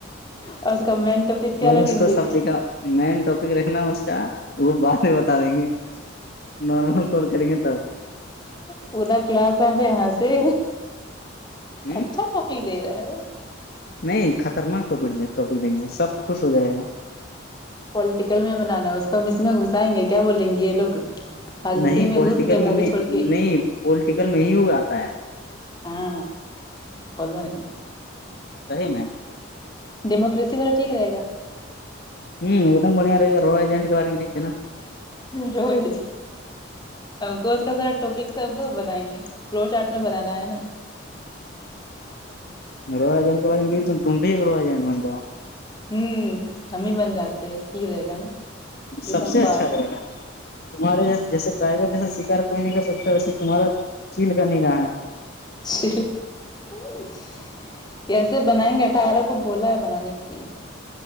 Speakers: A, on the left; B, on the left.
A: اور اس کا مینٹ ٹاپک کیا
B: اور
A: رکھیں
B: اس کو
A: گے
B: سب کا مین ٹاپک رہ نا اس کا وہ بعد میں بتا دیں گے نارمل کال کریں گے تب
A: پا کلاس میں پہ ہسی
B: ہ
A: اچھا ٹفی دے رہے ہے
B: نہیں خطرناک ٹک ٹوک دیں گے سب خوش ہو جائے گا
A: پوولٹیکل میں بنانا ہے اس کو ہم اس میں گھسائیں گے کیا بولیں گے یہ لوگ راجنیتی
B: نہیں
A: میں
B: پولٹیکل
A: گھس گیا
B: میں
A: مووی
B: نہیں
A: چھوڑ کے
B: نہیں پولٹیکل میں ہی ہو آتا ہے
A: ہاں بو نہیں
B: صی میں
A: ڈیموکریسی والا ٹھیک رہے
B: ہوں ایک دم بڑیا رہ گا روجنٹ کے بارے میں لکھ دینا
A: رئے کو کا را ٹاپک سب دو بنائیں گے فلور چارٹ میں بنانا ہے نا
B: روجان تو ب تم بھی ایک روج جان منتے
A: ہوں ہم ہی بن جاتے ہیں سیک رہے گا نا ایک
B: سب
A: دم
B: سے
A: پار
B: اچھا رہے گا تمہارے جیسے ٹائیگر جیسا شکار کوئی نہیں کر سکتا ویسے تمہارا چیل کا ن گا ہے
A: <unintelligible> کیسے بنائیں گے اٹھارہ کو بولا ہے بنانے کے لیے